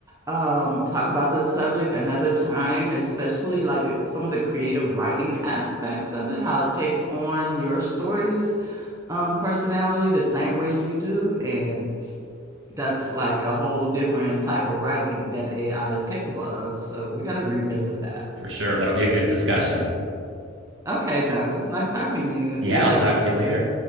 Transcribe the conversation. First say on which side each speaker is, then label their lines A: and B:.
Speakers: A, on the right; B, on the right.
A: um talk about this subject another time, especially like the- some of the creative writing aspects of it, how it takes on your story's um personality the same way you do. And that's like a whole different type of writing that AI is capable of. So we got to revisit that.
B: for sure. That'll be a good discussion.
A: Okay, John, it was nice talking to you and
B: Yeah,
A: see you
B: I'll
A: later.
B: talk to you later.